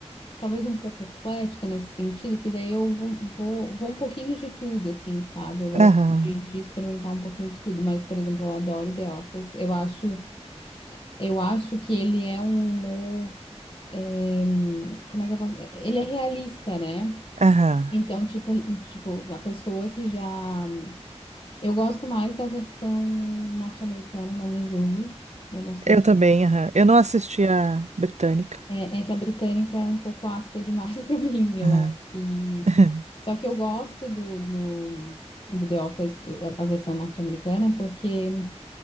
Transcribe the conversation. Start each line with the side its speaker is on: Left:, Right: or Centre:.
Left: talvez um pouco eclética nesse sentido, porque daí eu vou, vou, vou um pouquinho de tudo, assim, sabe? Eu gosto
Right: Aham,
Left: de, de experimentar um pouquinho de tudo, mas, por exemplo, eu adoro The Office. Eu acho, eu acho que ele é um humor, eh, como é que eu posso? Ele é realista, né?
Right: aham.
Left: Então, tipo, tipo, a pessoa que já. Eu gosto mais da versão norte-americana, não me julgue. Eu não sei
Right: Eu também, aham. Eu não assisti a britânica.
Left: É, é que a britânica é um pouco ácida demais <laughs> para mim, eu
Right: Aham.
Left: acho. E...
Right: <laughs>
Left: Só que eu gosto do, do, do The Office, do- a a versão norte-americana, porque